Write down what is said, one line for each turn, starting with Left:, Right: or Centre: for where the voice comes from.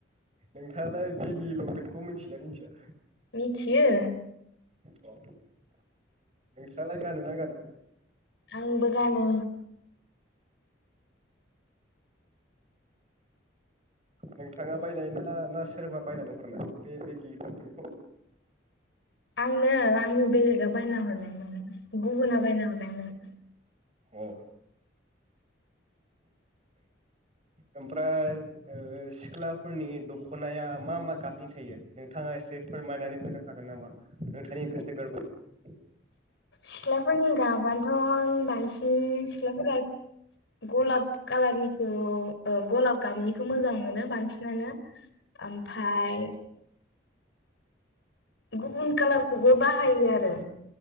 Right: नोंथाङालाय बेगि लंपेन्टखौ मिथियोना मिथिया?
Left: मिथियो।
Right: अ नोंस्रालाय गानो ना गाना?
Left: आंबो गानो।
Right: नोंथाङा बायनायना ना सोरबा बायनानै हरनाय बे बेगि लंपेन्टखौ?
Left: आंनो आंनि बेलेगा बायना हरनायमोन गुबुना बायना हरनायमोन।
Right: अ ओमफ्राय ओ सिख्लाफोरनि दखनाया मा मा गाबनि थायो नोंथाङा एसे फोरमायनानै होनो हागोन नामा नोंथांनि गोसो गोर्बोजों
Left: सिख्लाफोरनि गाबानथ बांसिन सिख्लाफोरा गलाब कालारनिखौ ओ गलाब गाबनिखौ खौ मोजां मोनो बांसिनानो ओमफ्राय गुबुन कालारखौबो बाहायो आरो।